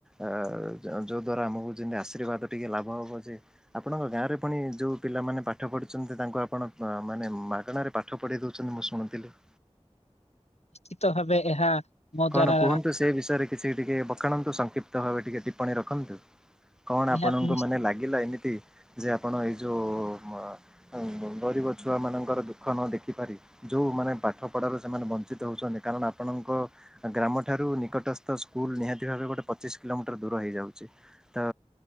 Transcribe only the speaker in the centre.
ଅ ଅ ଯଉଦ୍ଵାରା ଆମକୁ ଯେମିତି ଆଶୀର୍ବାଦ ଟିକିେ ଲାଭ ହେବ ଯେ ଆପଣଙ୍କ ଗାଁରେ ପୁଣି ଯୋଉ ପିଲାମାନେ ପାଠ ପଢ଼ୁଚନ୍ତି ତାଙ୍କୁ ଆପଣ ମାନେ ମାଗଣାରେ ପାଠ ପଢେଇ ଦଉଚନ୍ତି ମୁଁ ଶୁଣଥିଲି।
କଣ
କୁହନ୍ତୁ ସେ ବିଷୟରେ କିଛି ଟିକେ ବଖାଣନ୍ତୁ ସଂକ୍ଷିପ୍ତ ଭାବେ ଟିକେ ଟିପ୍ପଣୀ ରଖନ୍ତୁ। କଣ
ଆପଣଙ୍କୁ
ମାନେ ଲାଗିଲା ଏମିତି ଯେ ଆପଣ ଏଇ ଯୋଉ ଗରିବ ଛୁଆ ମାନଙ୍କର ଦୁଃଖ ନ ଦେଖିପାରି ଯଉଁମାନେ ପାଠ ପଢ଼ାରୁ ସେମାନେ ବଞ୍ଚିତ ହଉଚନ୍ତି କାରଣ ଆପଣଙ୍କ ଗ୍ରାମ ଠାରୁ ନିକଟସ୍ଥ ସ୍କୁଲ ନିହାତି ଭାବେ ଗୋଟେ ପଚିଶ କିଲୋମିଟର ଦୂର ହେଇଯାଉଚି। ତ